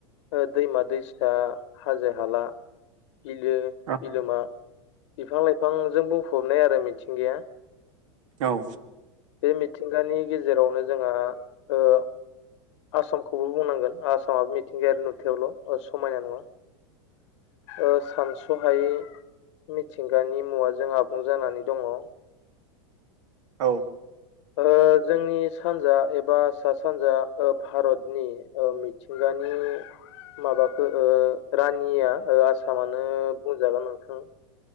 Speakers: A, on the left; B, on the right.
A: ओ दैमा दैसा हाजो हाला बिलो
B: औ
A: बिलोमा बिफां लाइफांजों बुंफबनाय आरो मिथिंगाया।
B: औ।
A: बे मिथिंगानि गेजेरावनो जोंहा ओ आसामखौबो बुंनांगोन आसामाबो मिथिंगायारि नुथायावल' ओ समायना नङा। ओ सानस'हायै मिथिंगानि मुवाजों आबुं जानानै दङ।
B: औ।
A: ओ जोंनि सानजा एबा सा सानजा ओ भारतनि ओ मिथिंगानि माबफोर ओ रानिया ओ आसामानो बुंजागोन नोंथां।